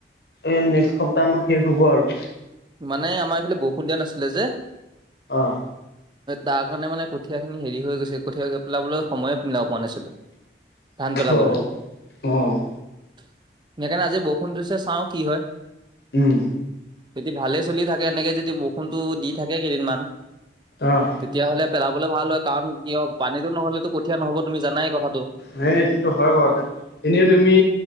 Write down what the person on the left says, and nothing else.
এই নেক্সট সপ্তাহ আমাৰ শেষ হব আৰু
অহ
<inaudible>
অ',
অ',
উম
অ',
হে এইটোতো হয় বাৰু এনেই তুমি